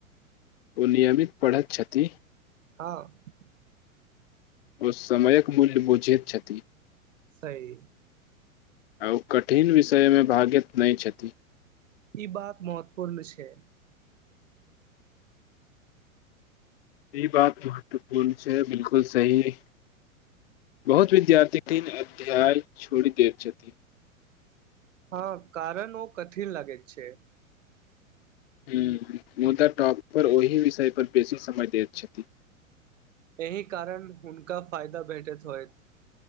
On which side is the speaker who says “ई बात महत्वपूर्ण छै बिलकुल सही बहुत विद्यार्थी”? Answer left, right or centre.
Left